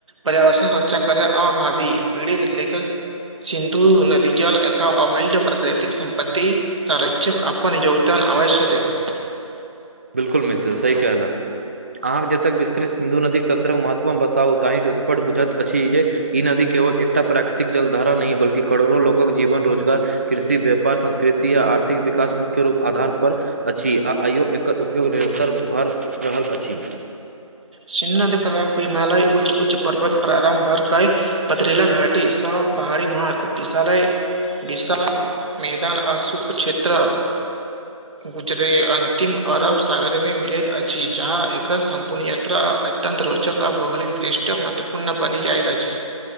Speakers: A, on the right; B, on the right.
A: पर्यावर्षण रक्षा करै अभावी पीड़ित लेखक सिन्धु नदी जल एक अमूल्य प्राकृतिक संपतति सर्षम अपन योगदान आवश्यक देब
B: बिल्कुल मित्र सही कहयलऽ अहाँके जतय विस्तृ सिन्धु नदीके तंत्रक महत्व बताउ तहि स्पष्ट बुझैत अछि जे ई नदी केवल एकटा प्राकृतिक जलधारा नहि बल्कि करोड़ो लोकक जीवन रोजगार कृषि व्यापार संस्कृति आ आर्थिक विकास मुख्य रूप आधार पर अछि आ आयो एकर उपयोग निरन्तर भऽ रहल अछि
A: सिन्ह प्रभाव हिमालय उच्च उच्च पर्वत प्रार्भ भर क पतरीला घाटी स पहाड़ी मार्ग विशाल विशाल मैदाान आस्वस क्षेत्र गुजरे अन्तिम अरब सागरमे मिलित अछि जहाँ एक सम्पूर्ण य अत्यत रोचक आ भौगोलिक दृष्ट्य महत्वपूर्ण बनि जाइत अछि